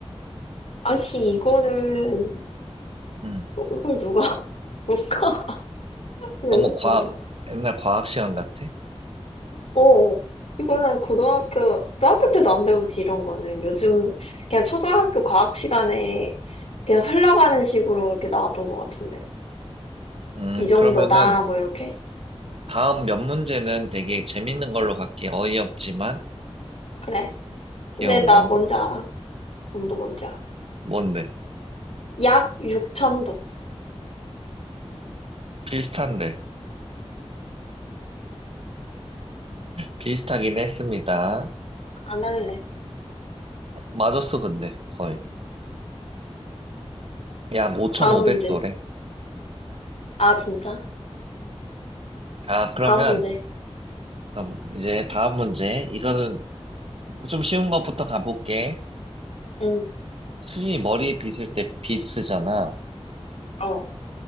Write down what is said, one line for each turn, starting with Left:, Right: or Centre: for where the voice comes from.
Left: 아니, 이거는,
Right: 응.
Left: 이걸 누가, <laughs> 누가 외우
Right: 너무 과,
Left: 다녀?
Right: 옛날 과학 시간 같아.
Left: 어, 이거는 고등학교, 고등학교 때도 안 배우지, 이런 거는. 요즘, 그냥 초등학교 과학 시간에 그냥 흘러가는 식으로 이렇게 나왔던 것 같은데.
Right: 음,
Left: 이 정도다,
Right: 그러면은
Left: 뭐 이렇게.
Right: 다음 몇 문제는 되게 재밌는 걸로 갈게. 어이없지만
Left: 그래.
Right: 귀여운
Left: 근데 나
Right: 거.
Left: 뭔지 알아. 운도 뭔지 알아.
Right: 뭔데?
Left: 약 6천도.
Right: 비슷한데. 비슷하긴 했습니다.
Left: 안 할래.
Right: 맞았어, 근데 거의. 약 5,500도래.
Left: 다음 문제. 아, 진짜?
Right: 자, 그러면
Left: 다음 문제.
Right: 그럼 이제 다음 문제. 이거는 좀 쉬운 것부터 가볼게.
Left: 응.
Right: 수진이 머리 빗을 때 빗 쓰잖아.
Left: 어.